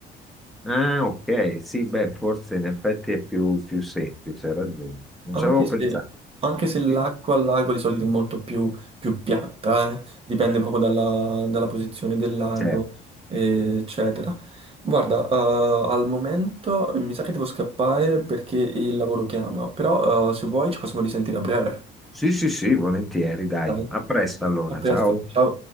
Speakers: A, in the centre; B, on the right (about 35°).
A: Ah, ok, sì, beh, forse in effetti è più, più semplice, hai ragione. Non
B: Anche
A: ci avevo pensato.
B: se, anche se l'acqua
A: Sì,
B: al lago di solito è molto più, più piatta, eh, Dipende proprio dalla, dalla posizione del lago,
A: certo.
B: eh, eccetera. Guarda, eh, al momento mi sa che devo scappare perché il lavoro chiama, però eh, se vuoi ci possiamo risentire a breve.
A: Sì, sì, sì, volentieri, dai.
B: Dai,
A: A presto allora,
B: a presto,
A: ciao.
B: ciao.